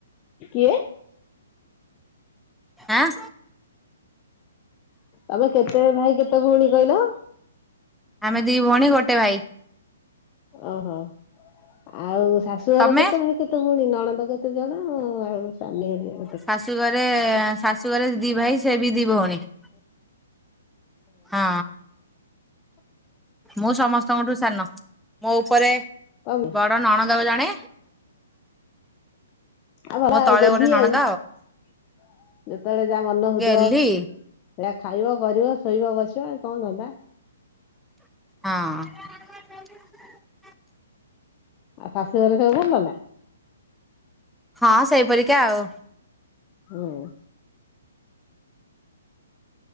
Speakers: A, on the left; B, in the centre.
A: କିଏ?
B: ଆଁ।
A: ତମେ କେତେ ଭାଇ କେତେ ଭଉଣୀ କହିଲ?
B: ଆମେ ଦିଇ ଭଉଣୀ ଗୋଟେ ଭାଇ।
A: ଓହୋ ଆଉ ଶାଶୁଆର
B: ତମେ
A: କେତେ ଭାଇ କେତେ ଭଉଣୀ ନଣନ୍ଦ କେତ୍ <inaudible> ଜଣ ଆଉ ଚଲିଗଲେଣ
B: ଶାଶୁ ଘରେ ଶାଶୁଘରେ ଦି ଭାଇ। ସିଏ ବି ଦି ଭଉଣୀ। <unintelligible> ହଁ। ମୁଁ ସମସ୍ତଙ୍କଠୁ ସାନ ମୋ ଉପରେ
A: <inaudible> ଓହୋ
B: ବଡ ନଣନ୍ଦ ଜଣେ
A: ଆଉ ଭଲ
B: ମୋ
A: ଆଉ
B: ତଳେ
A: ଗେହ୍ଲି
B: ଗୋଟେ ନଣନ୍ଦ
A: ଆଉ ଯେତେବେଳେ ଯା ମନ ହଉଥୁବ
B: ଗେହ୍ଲି
A: ଜା ଖାଇବ କରିବ ଶୋଇବ ବସିବ ଆଉ କଣ ଧନ୍ଦା।
B: ହଁ।
A: ଆଉ ଶାଶୁ ଘରେ ସବୁ ଭଲ ନା?
B: ହଁ ସେଇପରିକା ଆଉ।
A: ହଁ।